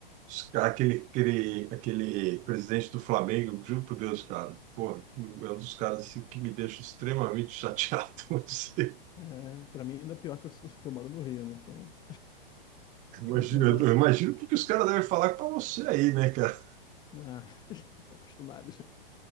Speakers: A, on the right; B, on the left.
A: Esse cara, Aquele, aquele, aquele presidente do Flamengo, juro por Deus, cara. Pô, é um dos caras assim, que me deixa extremamente chateado. <laughs> vou dizer.
B: É, para mim ainda é pior que eu, sou- que eu moro no Rio, né? Então
A: Imagina,
B: ainda tem a zoação.
A: eu imagino porque os caras devem falar para você aí, né, cara?
B: Ah, <laughs> tô acostumado já.